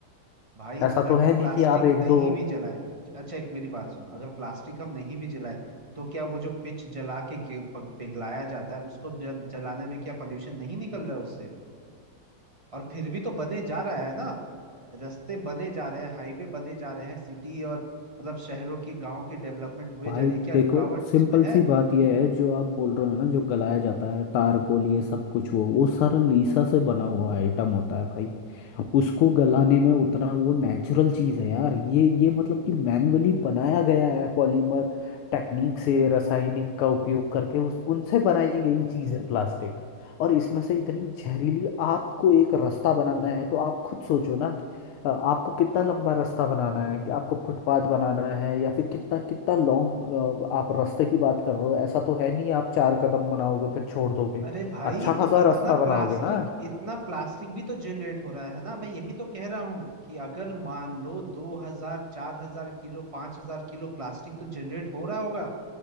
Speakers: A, on the right; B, on the left.
A: भाई
B: ऐसा
A: अगर
B: तो है
A: हम प्लास्टिक
B: नहीं कि आप एक
A: नहीं
B: दो
A: भी जलाए अच्छा एक मेरी बात सुनो अगर प्लास्टिक हम नहीं भी जलाए तो क्या वो जो पिच जला के गे- प- पिघलाया जाता है उसको जल, जलाने में क्या पोल्यूशन नहीं निकल रहा है उससे और फिर भी तो बने जा रहा है ना रास्ते बने जा रहे हैं हाईवे बने जा रहे हैं सिटी और मतलब शहरों की गांव की डेवलपमेंट हुए
B: भाई
A: जा रही है क्या
B: देखो
A: रुकावट
B: सिंपल
A: उसमें है
B: सी बात यह है जो आप बोल रहे हो ना जो गलाया जाता है तारकोल ये सब कुछ वो वो सारा लीसा से बना हुआ आइटम होता है भाई उसको गलाने में उतना वो नेचुरल चीज है यार ये ये मतलब कि मैनुअली बनाया गया है पॉलीमर टेक्निक से रासायनिक का उपयोग करके उस उनसे बनाई गई चीज है प्लास्टिक और इसमें से इतनी जहरीली आपको एक रास्ता बनाना है तो आप खुद सोचो ना अ, आपको कितना लंबा रास्ता बनाना है कि आपको फुटपाथ बनाना है या फिर कितना कितना लॉन्ग आप रास्ते की बात कर रहे हो ऐसा तो है नहीं आप चार कदम बनाओगे फिर छोड़ दोगे
A: अरे भाई
B: अच्छा खासा
A: तो इतना
B: रास्ता
A: प्लास्टिक
B: बनाओगे ना
A: इतना प्लास्टिक भी तो जनरेट हो रहा है ना मैं यही तो कह रहा हूँ कि अगर मान लो दो हजार चार हजार किलो पांच हजार किलो प्लास्टिक तो जनरेट हो रहा होगा